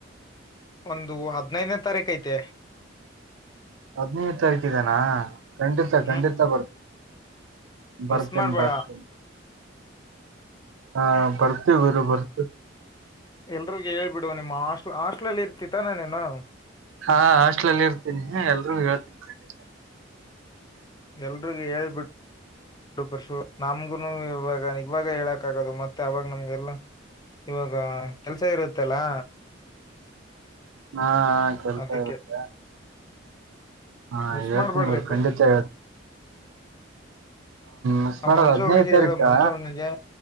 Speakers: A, on the left; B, on the right.
A: ಒಂದು ಹದ್ನೈದ್ನೇ ತಾರೀಕ ಐತೆ
B: ಹದ್ನೈದು ತಾರೀಕು ಇದನಾ ಖಂಡಿತ ಖಂಡಿತ
A: ಹ್ಮ್
B: ಬರ್ತ ಬರ್ತನ್
A: ಮಿಸ್ ಮಾಡ್ಬೇಡ
B: ಬರ್ತನ್ ಹಾ ಬರ್ತೀವಿ ಗುರು ಬರ್ತಿ
A: ಎಲ್ರಿಗೂ ಹೇಳ್ಬಿಡು ನಿಮ್ಮ್ ಹಾಸ್ಟ್ಲ್ ಹಾಸ್ಟ್ಲಲ್ಲಿ ಇರ್ತಿ ತಾನೇ ನೀನು
B: ಹಾ ಹಾಸ್ಟ್ಲ ಅಲ್ಲಿ ಇರ್ತೀನಿ ಎಲ್ರೂ ಹೇಳ್ತೀನಿ ಖಂಡಿತ
A: ಎಲ್ರಿಗೂ ಹೇಳ್ಬಿಡ್ ಎರಡು ಪರ್ಷು ನಮ್ಗುನು ಇವಾಗ ಇವಾಗ ಹೇಳಕ್ ಆಗದು ಮತ್ತೆ ಅವಾಗ ನಮ್ಗೆಲ್ಲ ಇವಾಗ ಕೆಲ್ಸ ಇರುತ್ತಲ್ಲಾ
B: ಹಾ ಹಾ ಕೆಲ್ಸ
A: ಅದಕ್ಕೆ
B: ಇರುತ್ತೆ ಹಾ
A: ಮಿಸ್
B: ಹೇಳ್ತೀನಿ
A: ಮಾಡ್ಬೇಡ್ರಿ
B: ಗುರು ಖಂಡಿತ ಹೇ ಮಿಸ್
A: ಆ
B: ಮಾಡೋದು
A: ಮಂಜು
B: ಹದಿನೈದು
A: ಅವ್ರಿಗೆ
B: ತಾರೀಕಾ
A: ಹೇಳು ಮಂಜು ಅಣ್ಣಂಗೆ